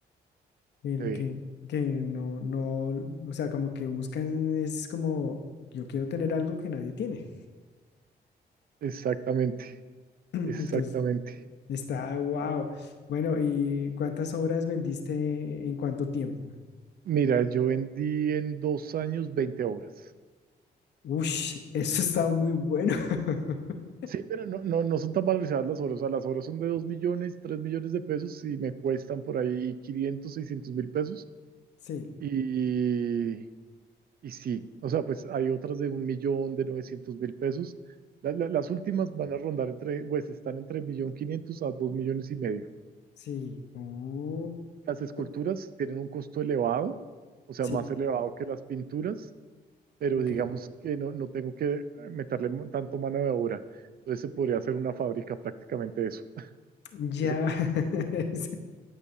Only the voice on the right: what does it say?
sí,
exactamente,
exactamente.
Mira, yo vendí en dos años 20 obras.
Sí, pero no, no, no son tan valorizadas las obras. O sea, las obras son de 2 millones, 3 millones de pesos y me cuestan por ahí 500, 600 mil pesos.
Y, y sí, o sea, pues hay otras de un millón, de 900 mil pesos. La- la- las últimas van a rondar entre, pues están entre un millón quinientos a 2 millones y medio.
Las esculturas
tienen un costo elevado, o sea,
más elevado que las pinturas. pero
digamos que no, no tengo que meterle mo- tanto mano de obra. Entonces se podría hacer una fábrica prácticamente eso.
Y se logra-